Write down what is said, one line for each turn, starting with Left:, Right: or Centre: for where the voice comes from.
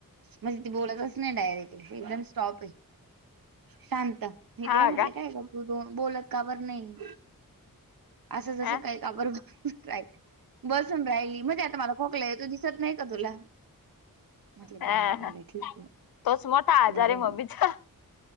Right: मज ती बोलतच नाही डायरेक्टली एकदम स्टॉप आहे शांत. मी
Left: हा
Right: तिला म्हटले
Left: का
Right: काय कर तू दो बोलत का बर नाही. असं जसं
Left: हा
Right: काही काबर ब राहि बसून राहिली मज आता मला खोकलाय तू दिसत नाही का तुला म्हटले
Left: हा
Right: बघर बघर ठीक आहे
Left: तोच मोठा आजार
Right: बरं.
Left: आहे मम्मीचा